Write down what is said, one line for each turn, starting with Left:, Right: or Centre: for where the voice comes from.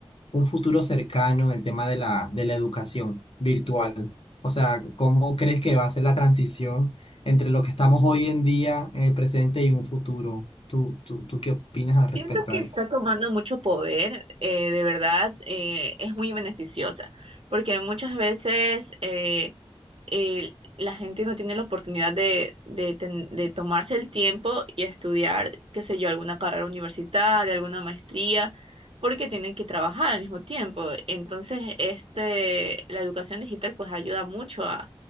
Left: un futuro cercano en el tema de la, de la educación virtual? O sea, ¿cómo crees que va a ser la transición entre lo que estamos hoy en día, en el presente y un futuro? ¿Tú, tú, tú qué opinas al respecto
Right: Siento que
Left: a
Right: está
Left: eso?
Right: tomando mucho poder, eh, de verdad, eh, es muy beneficiosa, porque muchas veces... eh, eh, la gente no tiene la oportunidad de, de, ten- de tomarse el tiempo y estudiar, qué sé yo, alguna carrera universitaria, alguna maestría, porque tienen que trabajar al mismo tiempo. Entonces, este, la educación digital pues ayuda mucho a,